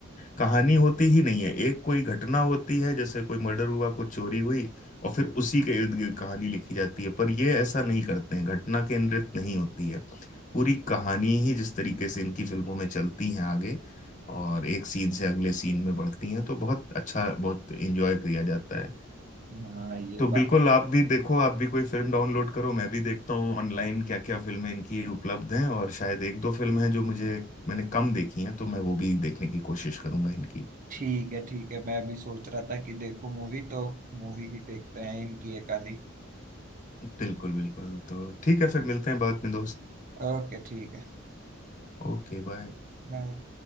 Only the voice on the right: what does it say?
हाँ ये
बात
ठीक है ठीक है मैं अभी सोच रहा था कि देखो मूवी तो मूवी ही देखते हैं इनकी एक आधी
ओके ठीक है
बाय